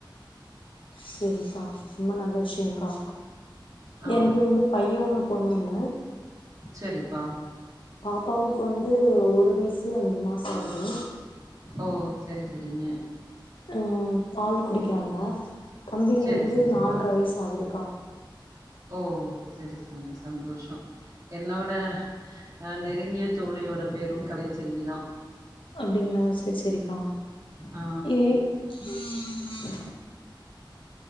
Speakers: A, on the left (about 85°); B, on the right (about 45°).
A: சரி்ங்கா ரொம்ப நல்ல விஷ்யகா
B: ஆ
A: எனக்கு வந்து பைய ஒண்ணு பொண்ணொன்னு
B: சரிப்பா
A: பாப்பாவுக்கு வந்து ஒரு வயசு அஞ்சு மாசோ ஆகுது
B: ஓ சரி சரிங்க
A: ம் பால் குடிக்கிறாங்க தம்பிக்கு
B: செரி
A: வந்து
B: செரிப்பா
A: நால்ர வயசு ஆகுதுக்கா
B: ஓ சரி சாமி சந்தோஷோ என்னோட அ நெருங்கிய தோழியோட பேரும் கலைச்செல்விதா
A: அப்டிங்களா சரி சரிக்கா
B: ஆ
A: ஏ ம்